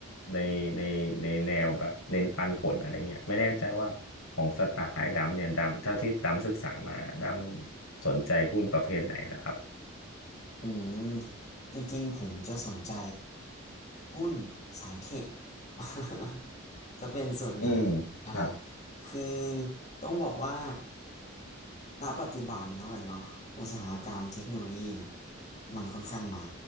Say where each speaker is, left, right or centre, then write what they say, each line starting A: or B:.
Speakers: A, on the left; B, on the left.
A: ในในในแนวแบบเน้นปันผลอะไรเงี้ยไม่แน่ใจว่าของสไตล์ดำเนี่ยดำเท่าที่ดำศึกษามาดำสนใจหุ้นประเภทไหนล่ะครับ
B: อืมจริงๆผมจะสนใจหุ้นสายเทค <laughs> จะเป็นส่วนใหญ่
A: อืมครับ
B: อ่าคือต้องบอกว่าณปัจจุบันแล้วกันเนาะอุตสาหกรรมเทคโนโลยีเนี่ยมันค่อนข้างมา